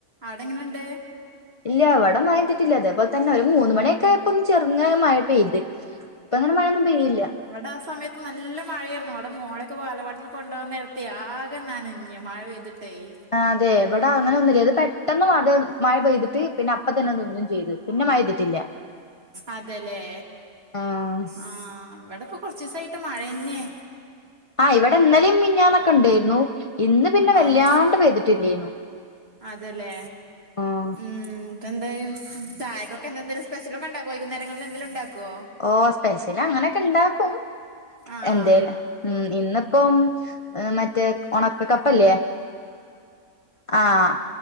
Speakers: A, on the right; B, on the left.
A: അവ്ടെങ്ങനെണ്ട്?
B: ഇല്ല ഇവടെ മഴെയ്യ്ത്ട്ട്‌ല്ലാ അതേപോലെതന്നെ ഒരു മൂന്ന് മണിയൊക്കെ ഒരു ചെർങ്ങനെ മഴ പെയ്ത് ഇപ്പങ്ങനെ മഴയൊന്നും പെയ്യില്ലാ.
A: ഇവടെ ആഹ് സമയത്ത് ന്നല്ല മഴേർന്നു ഇവടെ മോളേക്കെ വാലവാടിന്ന് കൊണ്ടോവാൻ ന്നെരത്തെയ് ആകെ ന്നനഞ്ഞു മഴ പെയത് ട്ടെയ്
B: ആഹ് അതെ ഇവടെ അങ്ങനൊന്നുല്ല ഇത് പെട്ടെന്ന് മത മഴ പെയ്തിട്ട് പിന്നെ അപ്പ തന്നെ ന്നിന്നും ചെയ്ത്. പിന്നെ മഴ പെയ്തിട്ടില്ല
A: അതല്ലേ
B: ആഹ്
A: ആഹ് ഇവടെകൊ കൊർച്ചിസായിട്ട് മഴന്നെ
B: ആഹ് ഇവിടെ ഇന്നലിം മിഞ്ഞാന്നൊക്കെ ഇണ്ടേര്ന്നു ഇന്ന് പിന്നെ വല്ലാണ്ട്
A: ആഹ്
B: പെയ്തിട്ടില്ലേന്നു
A: അതെല്ലേ
B: ആഹ്
A: ഉം ഇപ്പെന്തെയ്? ചായക്കൊക്കെന്ത എന്തെലും സ്പെഷലക്കെണ്ടാക്കോ വൈകുന്നരങ്ങളിൽ എന്തെങ്കിലും ഇണ്ടാക്കോ?
B: ഓഹ് സ്പെഷ്യലങ്ങനൊക്കെ ഇണ്ടാക്കും
A: ആഹ്
B: എന്തേല ഉം ഇന്നിപ്പം എഹ് മറ്റേ ഒണക്ക കപ്പല്ലേ? ആഹ്